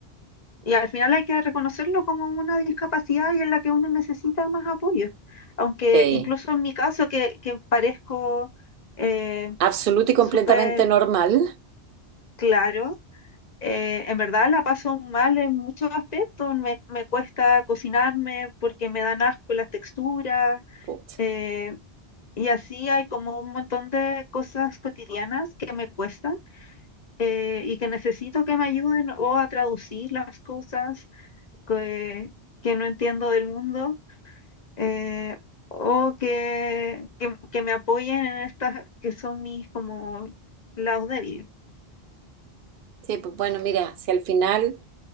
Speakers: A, on the left (about 45°); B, on the right (about 60°).
A: Y al final hay que reconocerlo como una discapacidad y en la que uno necesita más apoyo. Aunque
B: Sí,
A: incluso en mi caso, que, que parezco eh,
B: absoluto y completamente
A: súper
B: normal.
A: claro, eh, en verdad la paso mal en muchos aspectos. Me, me cuesta cocinarme porque me dan asco las texturas.
B: Puta.
A: eh, y así hay como un montón de cosas cotidianas que me cuestan eh, y que necesito que me ayuden o a traducir las cosas que, que no entiendo del mundo eh, o que, que, que me apoyen en estas que son mis como lados débiles.
B: Sí, pues bueno, mira, si al final